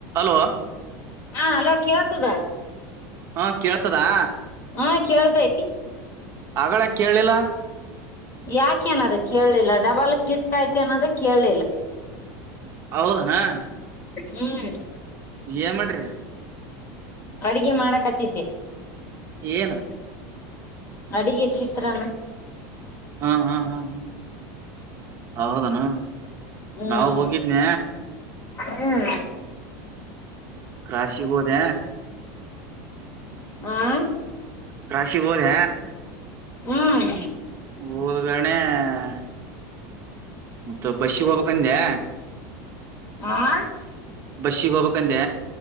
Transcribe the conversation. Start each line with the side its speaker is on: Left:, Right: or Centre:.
Right: Hello.
Left: ಹಾ hello ಕೇಳ್ತದಾ.
Right: ಹಾ ಕೇಳ್ತದಾ.
Left: ಹಾ ಕೇಳ್ತೈತಿ.
Right: ಅಗಳೆ ಕೇಳಲಿಲ್ಲ.
Left: ಯಾಕೆ ಅದು ಕೇಳಲಿಲ್ಲ ಡಬಲ್ ಕ್ಲಿಕ್ ಆಯ್ತಾ ಏನ್ ಅದು ಕೇಳಲಿಲ್ಲ
Right: ಹೌದನು.
Left: ಹ್ಮ್
Right: ಏನ್ ಮಾಡಿರಿ.
Left: ಅಡಿಗೆ ಮಾಡಕತ್ತಿದ್ದೆ.
Right: ಏನು -
Left: ಅಡಿಗೆ ಚಿತ್ರನ -
Right: ಹ ಹಾ ಹಾ ಹಾ ಹೌದನು
Left: ಹ್ಮ್
Right: ನಾವು ಹೋಗಿದನ
Left: ಹ್ಮ್ <unintelligible>
Right: ಕ್ರಾಶಿಗೆ ಹೋದೆ.
Left: ಹ್ಹಾ.
Right: ಕ್ರಾಸಿಗೆ ಹೊಡ್ಯ
Left: ಹ್ಮ್.
Right: ಹೋದಗಣೆ <unintelligible> ಮತ್ತ ಬಸ್ಸಿಗೆ ಹೋಗ್ಬೇಕಕ್ಂದೆ
Left: ಹಾ <unintelligible>
Right: ಬಸ್ಸಿಗೆ ಹೋಗ್ಕ್ಂದೆ